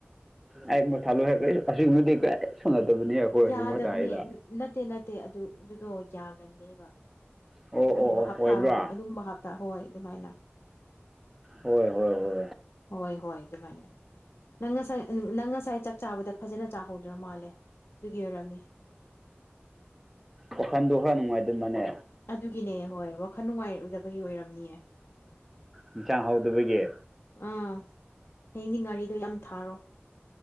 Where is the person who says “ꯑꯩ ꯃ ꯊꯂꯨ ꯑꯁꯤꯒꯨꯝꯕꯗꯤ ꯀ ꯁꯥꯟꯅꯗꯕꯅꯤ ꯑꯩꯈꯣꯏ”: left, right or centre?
Centre